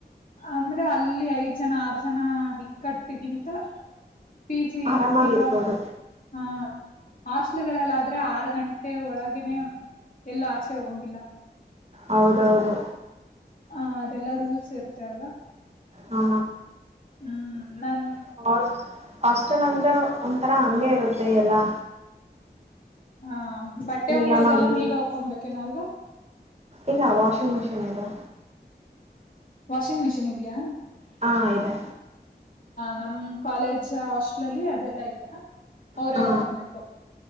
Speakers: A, on the left; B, on the right.
A: ಅಂದ್ರೆ ಅಲ್ಲಿ ಐದ ಜನ ಆರ ಜನ ಇಕ್ಕಟ್ಟಿಗಿಂತ. ಪಿಜಿ
B: ಆರಾಮಾಗಿರ್ಬೋದು
A: ಈಗ ಹ. ಹಾಸ್ಟೆಲ್ಗಳಲ್ಲಿ ಆದ್ರೆ ಆರ ಗಂಟೆ ಒಳಗೇನೆ ಎಲ್ಲ ಆಚೆ ಹೋಗಂಗಿಲ್ಲ.
B: ಹೌದ ಹೌದು.
A: ಹಮ್ ಅದೆಲ್ಲ ರೂಲ್ಸ್ ಇರುತ್ತೆ ಅಲ್ವಾ,
B: ಹಾ
A: ಹಮ್ ನಾನ್.
B: <unintelligible> ಹಾಸ್ಟೆಲ್ ಅಂದ್ರ ಒಂತರ ಹಂಗೆ ಇರತ್ತೆ ಎಲ್ಲಾ.
A: ಹ. ಬಟ್ಟೆ
B: ನಿಯಮಾಗ್ಲಿ
A: ಒಪ್ಕೋಳೋದೇಲ್ಲ ನೀವೇ ಒಕ್ಕೋಬೇಕಲ್ವಾ?
B: ಇಲ್ಲಾ ವಾಷಿಂಗ್ ಮಷಿನ್ ಇದೆ.
A: ವಾಷಿಂಗ್ ಮಷೀನ್ ಇದಿಯಾ?
B: ಹ ಇದೆ.
A: ನಮ್ ಕಾಲೇಜ್ ಹಾಸ್ಟೆಲ್ ಅಲ್ಲಿ ಅದೆಲ್ಲ ಇಲ್ಲ ಅವರೇ
B: ಹಾ
A: ಹಾಕಬೇಕು.